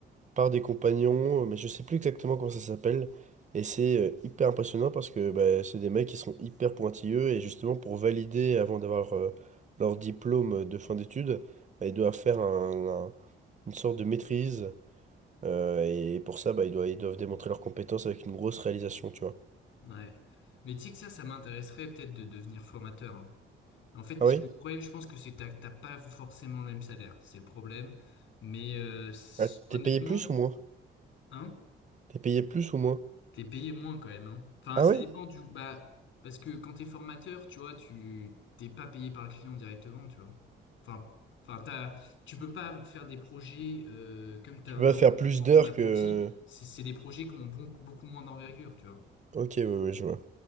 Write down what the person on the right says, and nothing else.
par des compagnons, mais je sais plus exactement comment ça s'appelle. Et c'est euh, hyper impressionnant parce que bah, c'est des mecs qui sont hyper pointilleux et justement pour valider avant d'avoir euh, leur diplôme de fin d'études, bah, ils doivent faire un- un- une sorte de maîtrise. euh, et pour ça, bah, ils doivent, ils doivent démontrer leurs compétences avec une grosse réalisation, tu vois.
Ah oui?
Ah, t'es
payé plus ou moins?
T'es payé plus ou moins?
Ah
oui?
Tu peux
pas faire plus
d'heures
que...
Ok, ouais, ouais, je vois.